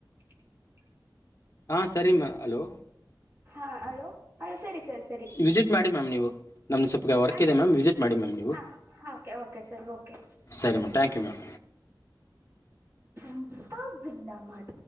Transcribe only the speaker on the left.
ಹಾ ಸರಿಮ್ಮ ಹಲೋ
ವಿಸಿಟ್ ಮಾಡಿ ಮ್ಯಾಮ್ ನೀವು ನಮ ಸ್ವಪ ವರ್ಕ್
ಇದೆ ಮ್ಯಾಮ್ ವಿಸಿಟ್ ಮಾಡಿ ಮ್ಯಾಮ್ ನೀವು
ಸರಿ ಮ್ಯಾಮ್ ಥ್ಯಾಂಕ್ ಯು ಮ್ಯಾಮ್